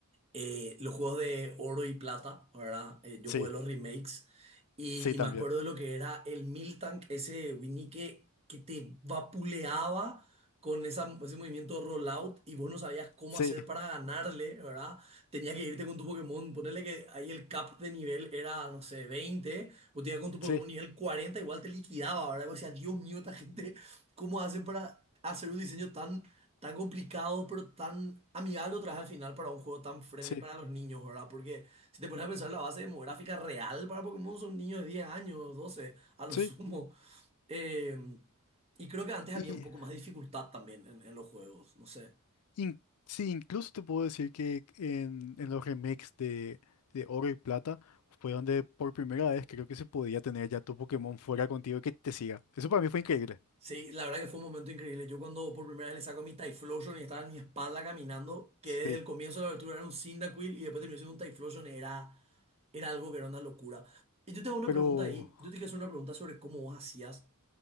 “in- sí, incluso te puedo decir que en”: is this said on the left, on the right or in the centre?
Left